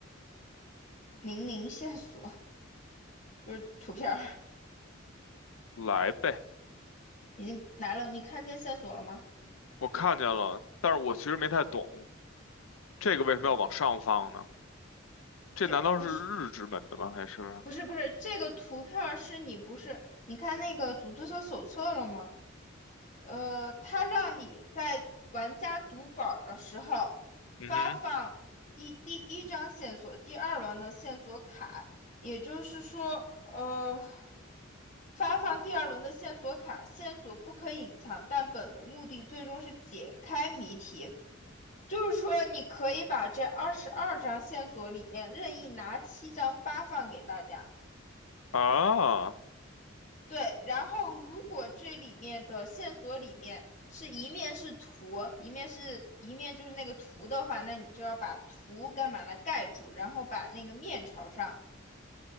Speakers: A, on the left (about 35°); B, on the left (about 85°).
A: 零零线索就是图片儿，
B: 来呗。
A: 已经来了，你看见线索了吗？
B: 我看见了，但是我其实没太懂这个为什么要往上放呢？这难道是日之门的吗？
A: 这不是
B: 还是？
A: 不是不是这个图片儿是你不是你看那个组织者手册了吗？呃，它让你在玩家读本儿的时候发放一第一张线索、
B: 嗯
A: 第二轮的线索卡，也就是说，呃，发放第二轮的线索卡，线索不可隐藏，但本轮目的最终是解开谜题。就是说，你可以把这二十二张线索里面任意拿七张发放给大家。
B: 哼，啊，
A: 对，然后如果这里面的线索里面是一面是图，一面是一面就是那个图的话，那你就要把图干嘛来盖住，然后把那个面朝上，